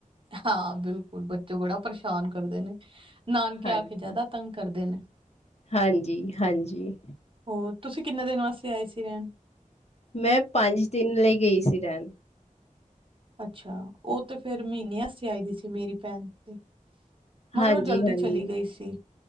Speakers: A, on the right (about 40°); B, on the left (about 50°).
A: ਹਾਂ ਬਿਲਕੁਲ ਬੱਚੇ ਬੜਾ ਪਰੇਸ਼ਾਨ ਕਰਦੇ ਨੇ ਨਾਨਕੇ
B: ਹਾਂਜੀ।
A: ਆ ਕੇ ਜਆਦਾ ਤੰਗ ਕਰਦੇ ਨੇ।
B: ਹਾਂਜੀ-ਹਾਂਜੀ।
A: ਹੋਰ ਤੁਸੀ ਕਿੰਨੇ ਦਿਨ ਵਾਸਤੇ ਆਏ ਸੀ ਰੈਣ?
B: ਮੈਂ ਪੰਜ ਦਿਨ ਲਈ ਗਈ ਸੀ ਰੈਣ।
A: ਅੱਛਾ, ਓਤੇ ਫੇਰ ਮੀਨੇ ਆਸਤੇ ਆਈ ਦੀ ਸੀ ਮੇਰੀ ਭੈਣ ਤੇ। ਮਗਰ
B: ਹਾਂਜੀ-ਹਾਂਜੀ,
A: ਉਹ ਜਲਦੀ ਚਲੀ ਗਈ ਸੀ